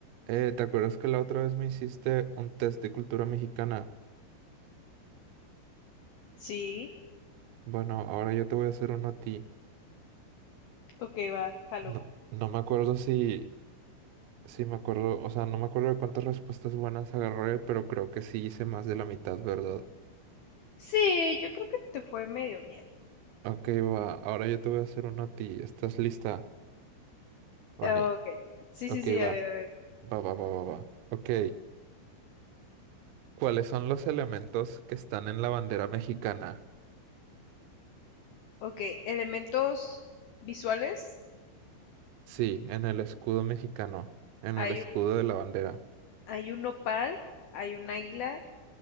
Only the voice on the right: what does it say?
Eh, ¿te acuerdas que la otra vez me hiciste un test de cultura mexicana?
Bueno, ahora yo te voy a hacer uno a ti.
No, no me acuerdo si, si me acuerdo, o sea, no me acuerdo de cuántas respuestas buenas agarré, pero creo que sí hice más de la mitad, ¿verdad?
Ok, va, ahora yo te voy a hacer uno a ti. ¿Estás lista? ¿O
no?
Ok,
va,
va, va, va, va, va. Ok, ¿cuáles son los elementos que están en la bandera mexicana?
Sí, en el escudo mexicano, en
el escudo
de la bandera.